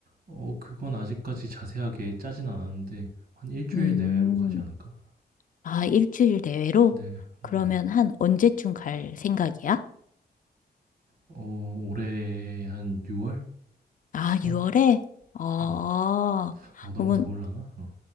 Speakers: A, on the right; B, on the left.
A: 어, 그건 아직까지 자세하게 짜진 않았는데 한 일주일
B: 음,
A: 내외로 가지 않을까?
B: 아, 일주일 내외로?
A: 네.
B: 그러면
A: 음.
B: 한 언제쯤 갈 생각이야?
A: 어, 올해 한 6월?
B: 아,
A: 7월?
B: 6월에? 아,
A: 어. 어, 너무
B: 그러면,
A: 더울라나? 어.